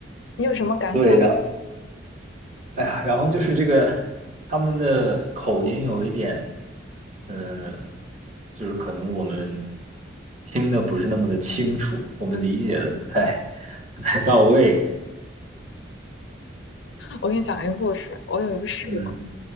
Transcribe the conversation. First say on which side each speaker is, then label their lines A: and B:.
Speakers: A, on the left (about 75°); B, on the right (about 40°).
A: 你有什么感想？
B: 对，然后哎呀，然后就是这个他们的口音有一点，嗯，就是可能我们听的不是那么的清楚，我们理解的不太不太到位，
A: 我给你讲一个故事。我有一个室友，
B: 嗯